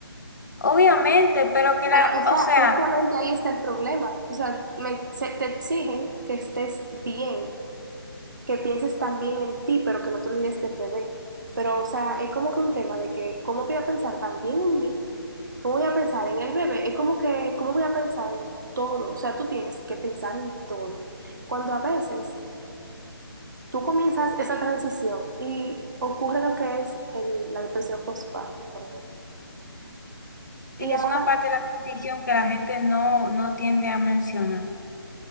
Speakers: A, on the left; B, on the right.
A: obviamente, pero que
B: Pero,
A: la,
B: o sea,
A: o sea,
B: justamente ahí está el problema, o sea, me- se- te exigen que estés bien, que pienses también en ti, pero que no te olvides del bebé. Pero, o sea, es como que un tema de que, ¿cómo voy a pensar también en mí? ¿Cómo voy a pensar en el bebé? Es como que, ¿cómo voy a pensar en todo? O sea, tú tienes que pensar en todo. Cuando a veces tú comienzas esa transición y ocurre lo que es el- la depresión postparto, por ejemplo. Y
A: sí que
B: ahora,
A: es una parte de la transición que la gente no, no tiende a mencionar.